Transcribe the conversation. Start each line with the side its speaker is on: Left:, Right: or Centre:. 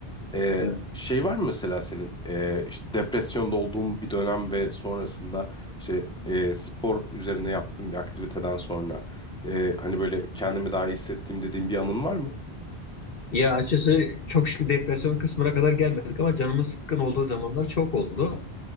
Centre: E,
Left: evet.
Centre: şey var mı mesela senin e, işte depresyonda olduğun bir dönem ve sonrasında işte e, spor üzerine yaptığın bir aktiviteden sonra e, hani böyle kendimi daha iyi hissettiğim dediğin bir anın var mı?
Left: Ya açıkçası çok şükür depresyon kısmına kadar gelmedik ama canımız sıkkın olduğu zamanlar çok oldu.